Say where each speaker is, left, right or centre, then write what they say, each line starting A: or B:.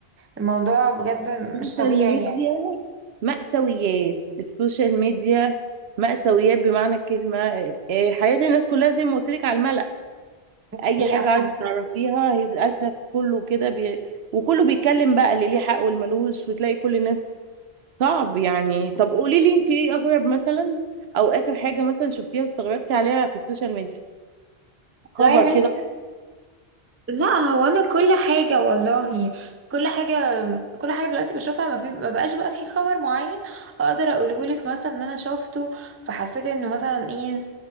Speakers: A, on the right; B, on the right.
A: الموضوع بجد
B: السوشيال
A: مش طبيعي
B: ميديا
A: يعني
B: مأساويات السوشيال ميديا مأساويات بمعنى الكلمة آه، آه، حياة الناس كلها زي ما قلت لك على الملأ اي
A: حقيقه
B: حاجه
A: فعلا
B: عايزه تعرفيها هي للاسف كله كده بي... وكله بيتكلم بقى اللي ليه حق واللي ملوش وتلاقي كل الناس صعب يعني طب قولي لي انت ايه اغرب مثلا او اخر حاجه مثلا شفتيها واستغربتي عليها في السوشيال ميديا خبر
A: لا يا
B: كده
A: بنتي لا هو انا كل حاجه والله كل حاجه كل حاجه دلوقتي بشوفها ما, في ما بقاش بقى في خبر معين اقدر اقوله لك مثلا ان انا شفته فحسيت انه مثلا ايه